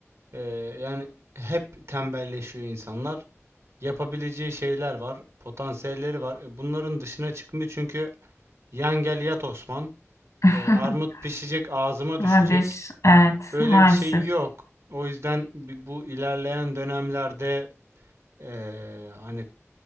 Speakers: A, on the right (about 70°); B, on the left (about 85°).
A: E, yani hep tembelleşiyor insanlar. Yapabileceği şeyler var, potansiyelleri var. E, bunların dışına çıkmıyor çünkü yan gel yat Osman.
B: <laughs>
A: E, armut pişecek ağzıma
B: Kardeş,
A: düşecek.
B: evet
A: Öyle
B: maalesef
A: bir şey yok. O yüzden bi- bu ilerleyen dönemlerde eee, hani